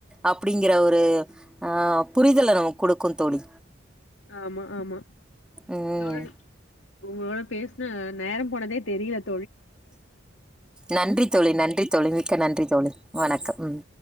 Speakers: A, in the centre; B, on the left (about 80°).
A: அப்படிங்கிற ஒரு அஹ் புரிதல நமக்கு கொடுக்கும் தோழி
B: ஆமா ஆமா
A: ம்.
B: தோழி உங்களோட பேசின நேரம் போனதே தெரியாது
A: நன்றி தோழி நன்றி தோழி மிக்க நன்றி தோழி வணக்கம் உம்